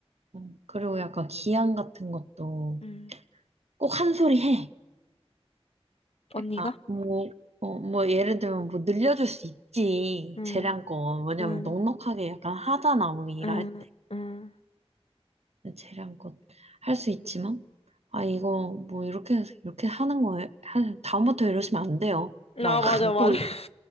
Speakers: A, on the right; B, on the left.
A: 음, 그리고 약간 기한 같은 것도
B: 응.
A: 꼭 한 소리 해.
B: 언니가?
A: 아, 뭐, 어, 뭐 예를 들면 뭐 늘려줄 수 있지.
B: 응,
A: 재량권. 왜냐면
B: 응,
A: 넉넉하게 약간 하잖아. 우리 일할
B: 응, 응.
A: 때. 재량권 할 수 있지만 아 이거 뭐 이렇게 해서 이렇게 하는 거예요. 한- 다음부터 이러시면 안 돼요. 막
B: 아,
A: 약간
B: 맞아, 맞아.
A: 꼭
B: <laughs>